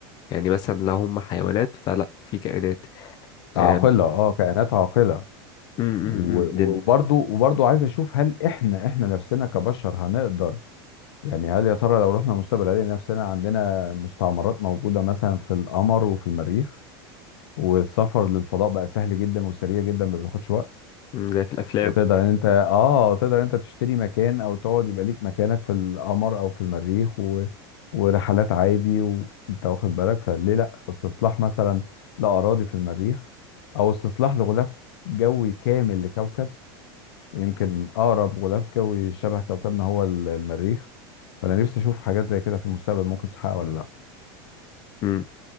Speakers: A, on the left (about 35°); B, on the left (about 80°).
A: يعني مثلا لو هم حيوانات فلا في كائنات
B: عاقله
A: آم،
B: اه كائنات عاقله
A: أم،
B: و-
A: أم، أم، لن
B: وبرضو وبرضو عايز اشوف هل احنا احنا نفسنا كبشر هنقدر يعني هل يا ترى لو رحنا المستقبل هنلاقي نفسنا عندنا مستعمرات موجوده مثلا في القمر وفي المريخ والسفر للفضاء بقى سهل جدا وسريع جدا ما بياخدش وقت
A: أم، زي في الافلام
B: وتقدر ان انت اه تقدر ان انت تشتري مكان او تقعد يبقى ليك مكانك في القمر او في المريخ و... ورحلات عادي وانت واخد بالك فليه لا استصلاح مثلا لاراضي في المريخ او استصلاح لغلاف جوي كامل لكوكب ويمكن اقرب غلاف جوي شبه كوكبنا هو ال- المريخ فانا نفسي اشوف حاجات زي كده في المستقبل ممكن تتحقق ولا لا
A: أم.